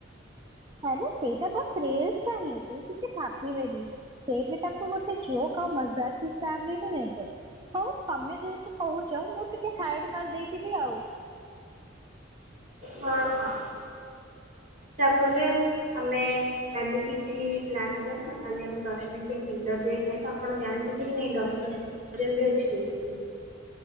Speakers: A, on the right (about 25°); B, on the right (about 40°).
A: ଆରେ ସେଇଟା ବା <inaudible> ସେ କିଛି ଭାବିବେନି। ସେ ବି ତାକୁ ଗୋଟେ ଯୋକ ଆଉ ମଜାକ ହିସାବରେ ହିଁ ନେବ ହଉ ତମେ ଯେହେ ତ କହୁଛ ମୁଁ ଟିକେ ହାଇଡି ମାର୍ ଦେଇଥିବି ଆଉ।
B: ହଁ ହଁ। ତାପରେ ଆମେ କାଲି କିଛି ପ୍ଲାନ୍ କରିବା କାଲି ଆମେ ଦଶ ଟଙ୍କିଆ କିଣ୍ଡର ଯୟ ଖାଇବା ଆପଣ ଜାଣିଛନ୍ତି କି ନାଇଁ ଦଶ ଟଙ୍କି ବି ଅଛି ବୋଲି।